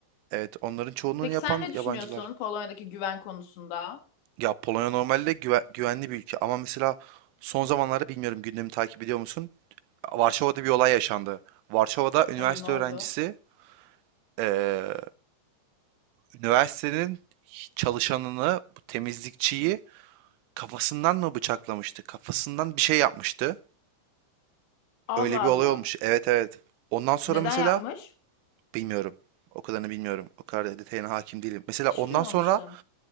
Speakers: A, on the right; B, on the left.
A: Evet onların çoğunluğunu
B: Peki
A: yapan
B: sen ne
A: yabancılar.
B: düşünüyorsun Polonya'daki güven konusunda?
A: Ya Polonya normalde güve- güvenli bir ülke ama mesela son zamanlarda bilmiyorum gündemi takip ediyor musun? Varşova'da bir olay yaşandı. Varşova'da üniversite
B: Hayır ne oldu?
A: öğrencisi eee, üniversitenin çalışanını, bu temizlikçiyi kafasından mı bıçaklamıştı? Kafasından bir şey yapmıştı.
B: Allah
A: Öyle bir
B: Allah.
A: olay olmuş. Evet evet. Ondan sonra
B: Neden
A: mesela
B: yapmış?
A: bilmiyorum. O kadarını bilmiyorum. O kadar detayına hakim değilim. Mesela
B: Hiç
A: ondan
B: duymamıştım.
A: sonra